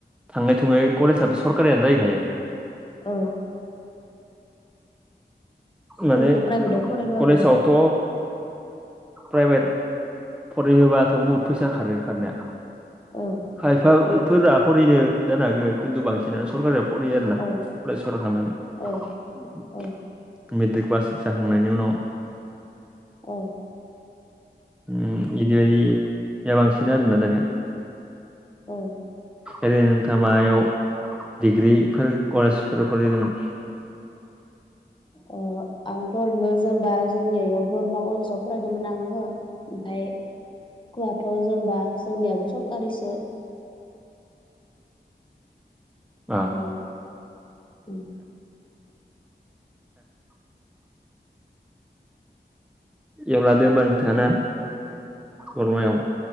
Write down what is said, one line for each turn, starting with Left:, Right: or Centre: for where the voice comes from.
Centre: थाङै थुङै कलेजआथ' सरकारियानो जाहैखायो
Left: औ स्कुलखौ
Centre: माने
Left: प्राइभेटाव फरायबाबो
Centre: कलेजावथ' प्राइभेट फरायहोबाथ' बहुद फैसा खारो खारनाया
Left: औ
Centre: खायफाफोरा
Left: औ
Centre: फरायनो जानो हागौ खिन्थु बांसिनानो सरकारियाव फरायो आरोना
Left: औ
Centre: कलेजफोराव थांनानै
Left: औ औ
Centre: मेट्रिक पास जाखांनायनि उनाव
Left: औ
Centre: ओम बिदि बायदि बांसिन आरो ना दानिया
Left: औ
Centre: ओरैनो नोंथाङा मायाव डिग्रिफोर कलेजफोर फरायदोंमोन?
Left: <inaudible> अह आंथ' ओरैनो जेनेबा जोंनि बरमा कलेजाव फरायदोंमोन आङो ओमफ्राय स्कुलाथ' जेनेबा जोंनियाबो सरकारिसो
Centre: औ
Left: ओ ओम
Centre: एवलादो होनबा नोंथाङा ना बर्मायाव